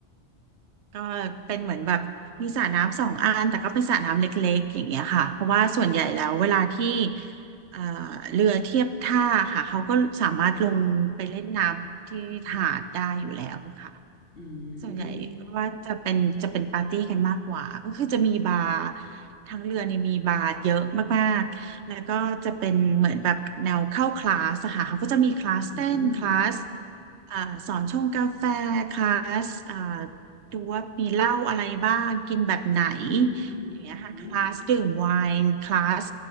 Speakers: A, on the right (about 80°); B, on the left (about 75°).
A: ก็เป็นเหมือนแบบมีสระน้ำสองอันแต่ก็เป็นสระน้ำเล็กๆอย่างเงี้ยค่ะเพราะว่าส่วนใหญ่แล้วเวลาที่
B: อืม
A: เอ่อเรือเทียบท่าค่ะเขาก็สามารถลงไปเล่นน้ำที่หาดได้อยู่แล้วค่ะ
B: ค่ะ ค่ะ อื
A: ส่วนใหญ่ว่าจะเป็นจะเป็นปาร์ตี้กันมากกว่าก็คือจะมีบาร์
B: ม
A: ทั้งเรือเนี่ยมีบาร์เยอะมากๆแล้วก็จะเป็นเหมือนแบบแนวเข้าคลาสอะค่ะเขาก็จะมีคลาสเต้นคลาส
B: อืม
A: อ่าสอนชงกาแฟคลาสอ่าดูว่ามีเหล้าอะไรบ้างกินแบบไหน
B: อืม
A: อย่างเงี้ยค่ะคลาสดื่มไวน์คลาส
B: โอ้